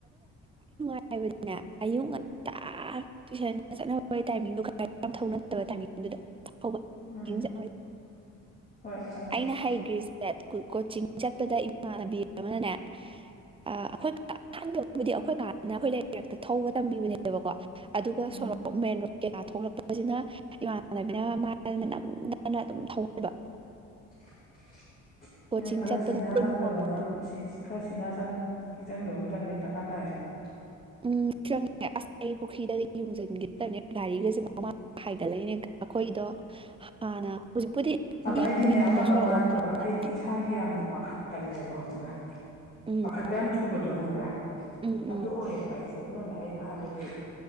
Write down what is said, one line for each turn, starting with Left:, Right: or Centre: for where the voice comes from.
Right: ꯍꯥꯏꯕꯗꯤꯅꯦ ꯑꯌꯨꯛ ꯉꯟꯇꯥ ꯇꯨꯏꯁꯟ ꯆꯠꯅꯕꯒꯤ ꯇꯥꯏꯃꯤꯡꯗꯨ ꯌꯥꯝꯅꯠꯇꯕ ꯇꯥꯏꯡ
Left: ꯎꯝ
Right: ꯗ
Left: ꯍꯣꯏ ꯍꯥꯏꯗꯤ
Right: ꯑꯩꯅ ꯍꯥꯏꯒ꯭ꯔꯦꯖꯨꯦꯠ ꯀꯣꯆꯤꯡ ꯗ ꯏꯃꯥꯟꯅꯕꯤ ꯑꯃꯅꯅꯦ ꯑ ꯑꯩꯈꯣꯏ ꯑꯍꯥꯟꯕꯕꯨꯗꯤ ꯑꯩꯈꯣꯏ ꯀꯥꯟꯅ ꯑꯩꯈꯣꯏ ꯂꯩꯔꯛꯇ ꯊꯧꯕ ꯇꯝꯕꯤꯕꯅꯦꯕꯀꯣ ꯑꯗꯨꯒ
Left: ꯎꯝ
Right: ꯁꯣꯛ ꯃꯦꯟ ꯔ ꯀꯌꯥ ꯊꯣꯛꯂꯛꯄꯁꯤꯅ ꯏꯃꯥꯟꯅꯕꯤꯅ ꯃꯥꯅ ꯅꯝꯊꯅ ꯑꯗꯨꯝ ꯊꯧꯍꯟꯕ
Left: <unintelligible>
Right: ꯀꯣꯆꯤꯡ
Left: ꯑꯩꯅ ꯈꯔ
Right: ꯆꯠꯄꯗ
Left: ꯁꯤꯅꯥ ꯆꯪꯗꯕ
Right: ꯅꯣꯡꯃ ꯃꯥꯡꯂꯣꯝꯗ
Left: ꯈꯔ ꯁꯤꯅꯥ ꯆꯪꯒꯤ ꯆꯪꯗꯕ ꯑꯃ ꯆꯪꯉꯦ ꯗꯔꯀꯥꯔ ꯇꯥꯏꯌꯦꯕ
Right: ꯎꯝ ꯆꯨꯝꯉ ꯑꯁ ꯑꯩ ꯄꯨꯈ꯭ꯔꯤꯗ ꯌꯨꯡꯁꯤꯟꯒꯗꯕꯅꯦ ꯒꯥꯔꯤꯒ ꯃꯃꯥ ꯍꯥꯏꯒꯠꯂꯛꯏꯅꯦ ꯑꯩꯈꯣꯏꯗꯣ ꯍꯥꯟꯅ ꯍꯧꯖꯤꯛꯄꯨꯗꯤ
Left: ꯑꯗꯣ
Right: ꯅꯦꯝꯃꯦꯕꯀꯣ
Left: ꯑꯩꯗꯤꯅꯦ ꯑꯃ ꯑꯃ
Right: ꯁꯣꯔꯣꯛ
Left: ꯋꯥ
Right: ꯋꯥꯡꯈꯠꯂꯛꯄꯅꯦ
Left: ꯅꯠꯇꯕ ꯑꯩꯗꯤ ꯏꯁꯥꯒꯤ ꯌꯥꯝꯅ ꯄꯥꯈꯠꯀꯜꯂꯦꯕ ꯈꯪꯕ꯭ꯔꯥ
Right: ꯎꯝ
Left: ꯄꯥꯈꯠꯄ ꯌꯥꯝ ꯊꯨꯕꯗꯣ ꯈꯪꯕ꯭ꯔꯥ
Right: ꯎꯝ
Left: ꯑꯗꯨ
Right: ꯎꯝ
Left: ꯑꯣꯏꯌꯦꯕ ꯑꯩꯁꯦ ꯑꯗꯨꯅꯅꯦ ꯑꯩꯗꯣ ꯍꯥꯏꯕꯗꯤ